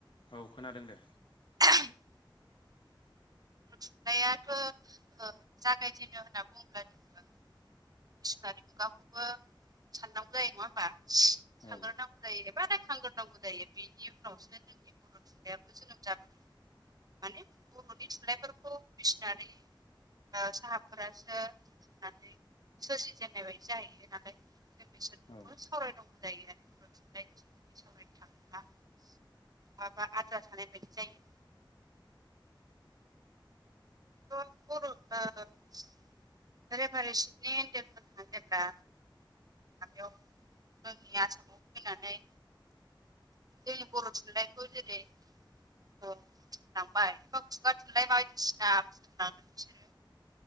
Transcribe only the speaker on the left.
औ खोनादों दे।
औ
औ